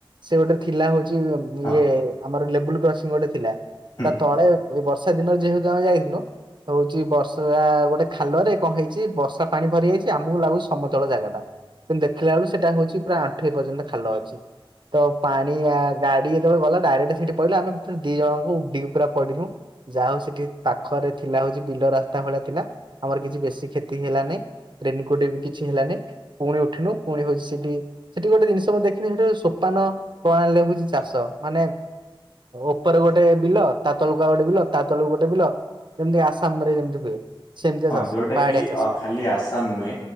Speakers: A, on the right; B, on the left.
A: ସେ ଗୋଟେ ଥିଲା ହଉଛି ଇଏ
B: ହଁ
A: ଆମର ଲେବୁଲ କ୍ରସିଂ ଗୋଟେ ଥିଲା।
B: ହୁଁ।
A: ତା ତଳେ ବର୍ଷା ଦିନରେ ଯେହେତୁ ଆମେ ଯାଇଥିଲୁ ହଉଛି ବର୍ଷା ଗୋଟେ ଖାଲରେ କଣ ହେଇଛି ବର୍ଷା ପାଣି ଭରି ଯାଇଛି ଆମକୁ ଲାଗୁଛି ସମତଳ ଜାଗା ଟା। କିନ୍ତୁ ଦେଖିଲା ବେଳୁ ସେଇଟା ହଉଛି ପୁରା ଆଠ ପର୍ଯ୍ୟନ୍ତ ଖାଲ ଅଛି। ତ ପାଣି ଗାଡି ଯେତେବେଳେ ଗଲା ଡରେକ୍ଟ ସେଠି ପଇଲା ଆମେ ଦି ଜଣଙ୍କୁ ଉି ପୁରା ପଡିଲୁ। ଯାହା ହଉ ସେଠି ପାଖରେ ଥିଲା ହଉଛି ବିଲ ରାସ୍ତା ଭଳିଆ ଥିଲା ଆମର କିଛି ବେଶୀ କ୍ଷତି ହେଲାନାଇ। ରେନକୋଟ ଏବେ କିଛି ହେଲାନି। ପୁଣି ଉଠିନୁ ପୁଣି ହଉଛି ସେଠି ସେଠି ଗୋଟେ ଜିନିଷଁ ଦେଖିନି ସେଠି ସୋପାନ କଣ ଲେଖୁଛି ଚାଷ ମାନେ ଉପରେ ଗୋଟେ ବିଲ ତା ତଳକୁ ଆଉ ଗୋଟେ ବିଲ ତା ତଳକୁ ଗୋଟେ ବିଲ ଯେମିତି ଆସାମ ରେ ଯେମିତି ହୁଏ। ସେମିତିଆ
B: ହଁ
A: ଚାଷ
B: ଯୋଉଟା
A: ପାହାଡିଆ
B: କି
A: ଚାଷ
B: ଖାଲି ଆସାମ ନୁହେଁ।